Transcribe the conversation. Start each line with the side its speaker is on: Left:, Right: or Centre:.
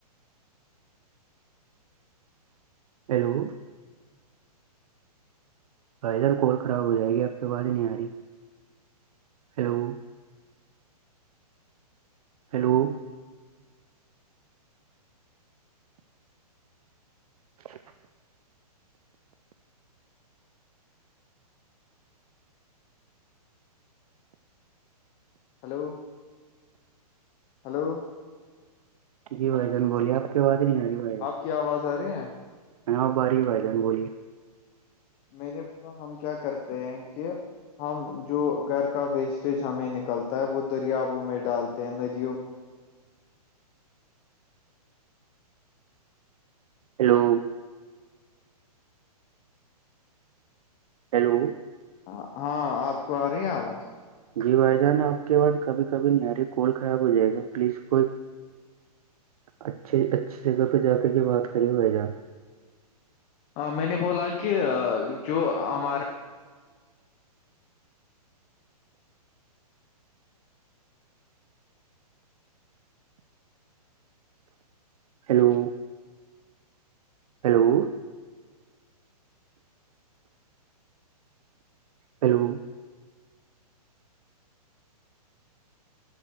Right: ہیلو بائیدر کال خراب ہو جائے گی اب کے باز ہی نہیں آ رہی ہلو ہیلو ج <inaudible>
Left: ہلو ہلو
Right: جی بھائی جان بلیے آپ کی آواز نہیں آ رہی بھائی جان
Left: کیا آواز آ رہی ہیں
Right: یںہاں اب ہاری با جان بولیے
Left: میں نے بولا ہم کیا کرتے ہیں کہ ہم جو گھر کا ویسٹیج ہمیں نکلتا ہے وہ دریابوں میں ڈالتے ہیں ندیوں
Right: ہیلو ہیلو
Left: ہ ہاں آپ کو آ رہی ہیں آواز
Right: جی بھائی جان آپ کے بعس کبھی کبھی نہیاری کول خراب ہو جائے گا پلیز کوئی اچ اچھی جگہ پہ جا کر کے بات کریں ب جان
Left: ہ میں نے بولا کہ جو ہمارا
Right: ہیلو ہیلو ہیلو